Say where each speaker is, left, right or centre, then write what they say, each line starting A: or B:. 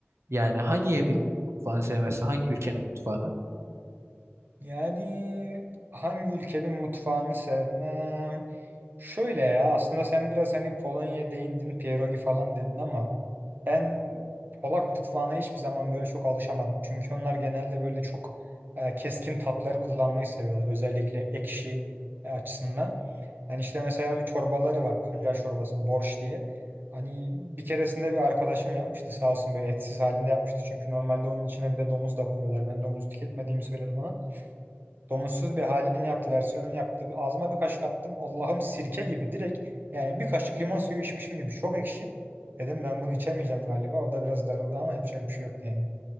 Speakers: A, on the right; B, on the right.
A: Yani hangi yemek mutfağını sevmezsin? Hangi ülkenin mutfağını?
B: Yani hangi ülkenin mutfağını sevmem? Şöyle ya aslında sen biraz hani Polonya'ya değindin, pierogi falan dedin ama Ben Polak mutfağına hiçbir zaman böyle çok alışamadım. Çünkü onlar genelde böyle çok e, keskin tatları kullanmayı seviyorlar. Özellikle ekşi e, açısından. Hani işte mesela bir çorbaları var. Pancar çorbası, borş diye. Hani bir keresinde bir arkadaşım yapmıştı sağ olsun böyle etsiz halinde yapmıştı. Çünkü normalde onun içine bir de domuz da koyuyorlar. Ben domuz tüketmediğimi söyledim ona. Domatsız bir halini yaptı, versiyonunu yaptı. Ağzıma bir kaşık attım. Allah'ım sirke gibi direkt yani bir kaşık limon suyu içmişim gibi. Çok ekşi. Dedim ben bunu içemeyeceğim galiba. O da biraz darıldı ama yapacak bir şey yok yani.